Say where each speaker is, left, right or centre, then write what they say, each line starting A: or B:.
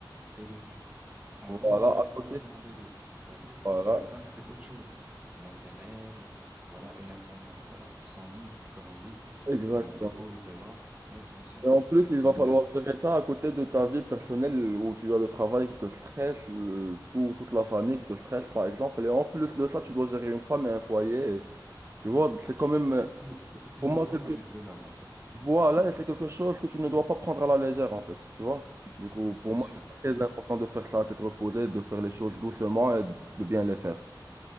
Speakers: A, on the right; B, on the right.
A: elle aussi, avant
B: Voilà,
A: de gérer
B: à côté.
A: si t'as un bébé. T'as vu?
B: Voilà,
A: Parce que la femme, c'est autre chose. Elle a ses règles, voilà, elle a son, euh, voilà, son, son mood, comme on dit.
B: exactement.
A: Euh, c'est haut et bas, ouais, bien sûr.
B: Et en plus, il
A: Mais
B: va falloir
A: euh,
B: gérer ça à côté de ta vie personnelle où tu as le travail qui te stresse, euh, tout- toute la famille qui te stresse, par exemple. Et en plus de ça, tu dois gérer une femme et un foyer. Et tu vois, c'est quand même, euh,
A: c'est c'est
B: pour
A: le
B: moi,
A: rôle
B: quelque...
A: du- de l'homme, en fait.
B: voilà, et c'est quelque chose que tu ne dois pas prendre à la légère, en fait. Tu vois? Du coup, pour
A: Bien
B: moi,
A: sûr,
B: c'est très important de faire ça d'être tête de faire les choses doucement et de bien les faire.